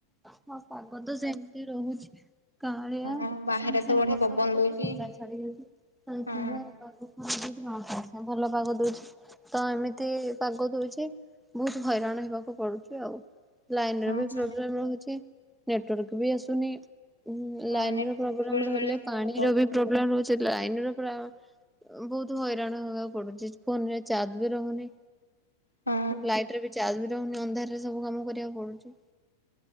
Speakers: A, in the centre; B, on the left (about 80°).
A: ହଁ ପାଗ ତ ସେମିତି ରହୁଛି। କାଳିଆ ସାଙ୍ଗେ
B: ହଁ ବାହାରେ
A: ସାଙ୍ଗେ
B: ତ ବଢିଆ
A: ବର୍ଷା
B: ପବନ
A: ପକଉଛି
B: ଦଉଛି
A: ସାଙ୍ଗ ସାଙ୍ଗେ ଛାଡି ଯାଉଛି ସାଙ୍ଗେ
B: ହଁ
A: ସାଙ୍ଗେ ପା ହଁ ଭଲ ପାଗ ଦଉଛି ତ ଏମିତି ପାଗ ଦଉଛି ବହୁତ ହଇରାଣ ହେବାକୁ ପଡୁଛି ଆଉ ଲାଇନ
B: ହଁ
A: ର ବି ପ୍ରୋବ୍ଲେମ ରହୁଛି ନେଟୱାର୍କ ବି ଆସୁନି
B: ହଁ
A: ଲାଇନ
B: ନେଟୱାର୍କ
A: ର ପ୍ରୋବ୍ଲେମ
B: ବେଳେ
A: ରହିଲେ
B: ବେଳେ ସ୍ଲୋ
A: ପାଣିର
B: ରହୁଛି
A: ବି ପ୍ରୋବ୍ଲେମ ରହୁ ସେ ଲାଇନର ପରା ବହୁତ ହଇରାଣ ହବାକୁ ପଡୁଛି ଫୋନରେ ଚାର୍ଜ ବି ରହୁନି।
B: ହଁ
A: ଲାଇଟ ରେ ବି ଚାର୍ଜ ବି ରହୁନି ଅନ୍ଧାରରେ ସବୁ କାମ କରିବାକୁ ପଡୁଛି।